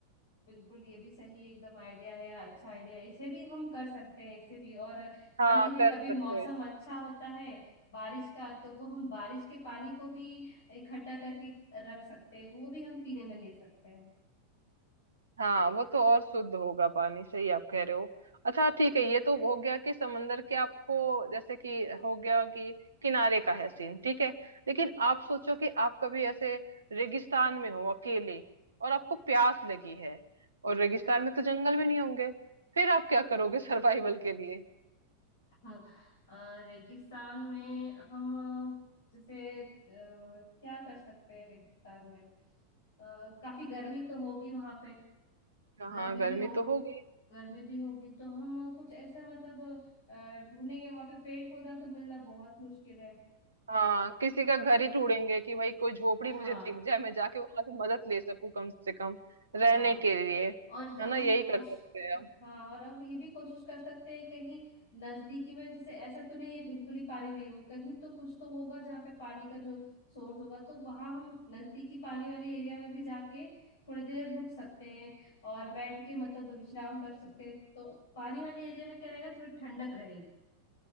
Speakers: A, on the left (about 60°); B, on the right (about 75°).
A: बिल्कुल ये भी सही एकदम आइडिया है अच्छा आइडिया इसे भी हम कर सकते हैं इसे भी और मान
B: हाँ
A: लीजिए
B: कर
A: कभी
B: सकते
A: मौसम
B: हैं
A: अच्छा होता है बारिश का तो वो हम बारिश के पानी को भी इकट्ठा करके रख सकते हैं वो भी हम पीने में ले सकते हैं
B: हाँ वो तो और शुद्ध होगा पानी सही आप कह रहे हो अच्छा ठीक है ये तो हो गया कि समंदर के आपको जैसे कि हो गया कि किनारे का है सीन ठीक है लेकिन आप सोचो कि आप कभी ऐसे रेगिस्तान में हो अकेले और आपको प्यास लगी है और रेगिस्तान में तो जंगल में नहीं होंगे फिर आप क्या करोगे <laughs> सर्वाइवल के लिए
A: हाँ अ, रेगिस्तान में हम जैसे अ, क्या कर सकते हैं रेगिस्तान में अ, काफी गर्मी तो होगी वहां पे
B: हाँ
A: गर्मी
B: गर्मी
A: भी हो
B: तो होगी
A: गर्मी भी होगी तो हम कुछ ऐसा मतलब अ, ढूंढेंगे वहां पे पेड़ पौधा तो मिलना बहुत मुश्किल है
B: हाँ किसी का घर ही ढूंढेंगे कि भाई कोई झोपड़ी
A: हाँ
B: मुझे दिख जाए मैं जाके वहां से मदद ले सकूं कम से कम
A: हाँ
B: रहने के लिए
A: और हम
B: है ना यही कर
A: कोश
B: सकते हैं
A: हाँ और हम ये भी कोशिश कर सकते हैं कहीं नजदीकी में जैसे ऐसा तो नहीं है बिल्कुल ही पानी नहीं होगा कहीं तो कुछ तो होगा जहाँ पे पानी का जो सोर्स होगा तो वहां हम नजदीकी पानी वाले एरिया में भी जाके थोड़ी देर रुक सकते हैं और बैठ के मतलब विश्राम कर सकते हैं तो पानी वाले एरिया में क्या रहेगा थोड़ी ठंडक रहेगी